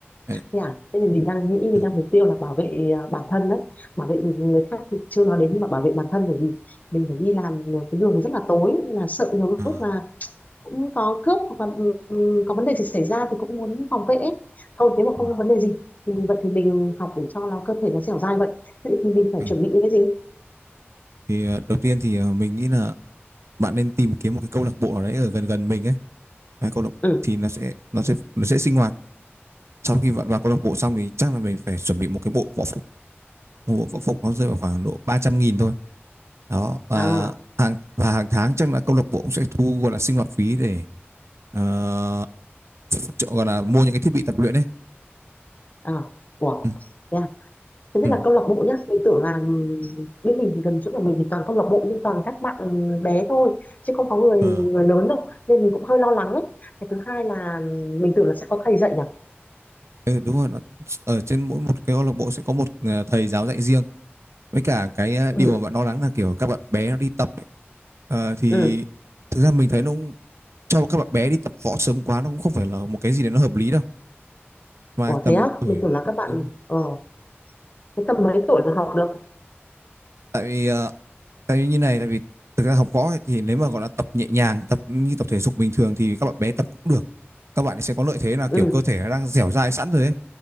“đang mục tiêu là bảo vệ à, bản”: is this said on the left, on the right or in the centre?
Left